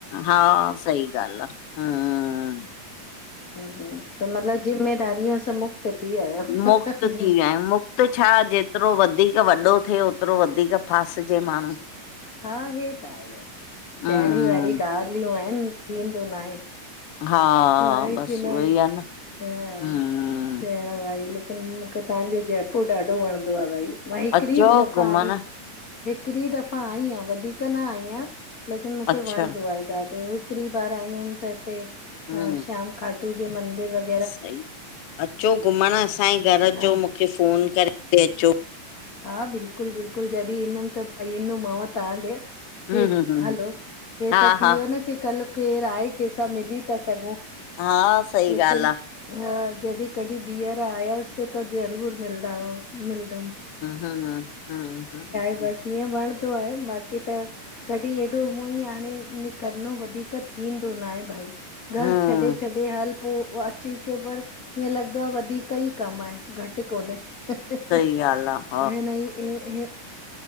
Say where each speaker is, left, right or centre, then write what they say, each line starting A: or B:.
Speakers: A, on the left; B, on the left.
A: हा। सही ॻाल् आ हम्
B: हम। हम। त मतिलब जिम्मेदारियो सां मुक्त। थी विया आहियो
A: मुक्त थी
B: जिम
A: विया आहियूं। मुक्ति छा जेतिरो वधीक वॾो थिए। ओतिरो वधीक फासजे माण्हू।
B: हा। हे, त आहे भई
A: हम्म
B: चइण ई वरी ॻाल्हियूं आहिनि थींदो ना आहे।
A: हा
B: आहे
A: बस
B: की न।
A: उहोई आ न
B: ह,
A: हम्म
B: च। हा भाई लेकिन मूंखे तव्हांजो जयपुर ॾाढो वणंदो आ भाई। मांह हिकरी
A: अचो
B: बि दफ़ा
A: घुमण
B: आई। हिकरी दफ़ा आईं आहियां वधीक न आईयां। लेकिन मूंखे
A: अच्छा
B: वणंदो आहे ॾाढो। हिकड़री बार आई हुअमि त हिते
A: हम्म
B: अ श्याम खाटू जे मंदिर वग़ैह।
A: सही। अचो घुमण असांजे घर
B: हा
A: अचो मूंखे फ़ोन करे अचो।
B: हा। बिल्कुल बिलकुल जॾहिं ईंदुमि त ईंदुमि मांव तव्हां ॾे।
A: हम्म
B: हे।
A: हम्म हम्म
B: हलो हे
A: हा
B: त थी
A: हा
B: वियो न की। कल्ह केरु आहे कंहिंसां मिली था सघूं।
A: हा सही
B: लेकिन।
A: ॻाल्हि आ
B: अ जॾहिं कॾहिं बीहर आयास त ज़रूर मिलंद वआ मिलदमि।
A: हम। हम
B: बसि ईअं वणंदो आहे बाक़ी त। कॾहिं एॾो हूअं ई हाणे निकिरनो वधीक थींदो न आहे भाई। घर
A: हम्म
B: छॾे, छॾे हल पोइ अची के पर हीअं लॻंदो आ वधीक ई कमु आहे। घटि कोन्हे हं हं
A: सीॻालहि आहे। <unintelligible>
B: हिन हई,